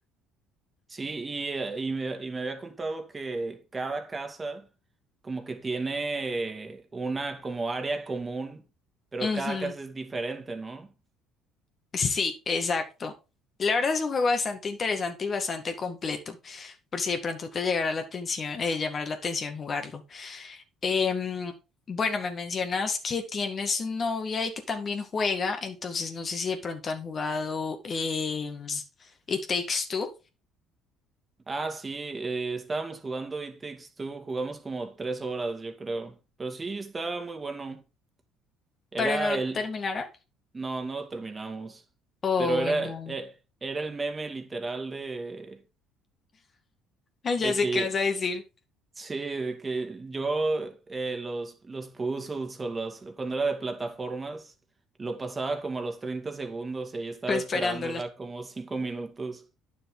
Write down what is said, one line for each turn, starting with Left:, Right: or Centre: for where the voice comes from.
Right: sí, y, eh, y me, y me había contado que cada casa como que tiene una como área común, pero
Left: Ujú.
Right: cada casa es diferente, ¿no?
Left: Sí, exacto. La verdad es un juego bastante interesante y bastante completo, por si de pronto te llegara la atención, eh, llamara la atención jugarlo. Em, bueno, me mencionas que tienes novia y que también juega, entonces no sé si de pronto han jugado em, It Takes Two,
Right: Ah, sí, eh, estábamos jugando It Takes Two, jugamos como tres horas, yo creo. Pero sí, estaba muy bueno. Era
Left: pero no lo
Right: el...
Left: terminaron.
Right: No, no lo terminamos.
Left: Ay,
Right: Pero era,
Left: no.
Right: eh, era el meme literal de, de
Left: Ay, ya sé
Right: que...
Left: qué vas a decir.
Right: Sí, de que yo eh, los, los puzzles o los... Cuando era de plataformas, lo pasaba como a los 30 segundos y ahí estaba
Left: Fue esperándola.
Right: esperándola como cinco minutos.